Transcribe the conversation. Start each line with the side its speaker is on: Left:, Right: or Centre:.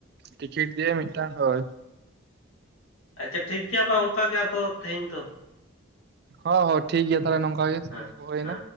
Right: ᱴᱤᱠᱤᱴ ᱫᱤᱭᱮ ᱢᱤᱫᱴᱟᱝ ᱦᱳᱭ
Left: ᱟᱪᱪᱷᱟ ᱴᱷᱤᱠ ᱜᱮᱭᱟ ᱢᱟ ᱚᱱᱠᱟ ᱜᱮ ᱟᱫᱚ ᱛᱮᱦᱮᱧ ᱫᱚ᱾
Right: ᱦᱚᱸ ᱦᱚᱸ ᱴᱷᱤᱠ ᱜᱮᱭᱟ ᱛᱟᱦᱞᱮ ᱱᱚᱝᱠᱟ ᱜᱮ ᱥᱚᱢᱚᱭ
Left: ᱦᱮᱸ
Right: ᱠᱚ ᱦᱩᱭᱱᱟ
Left: ᱦᱮᱸ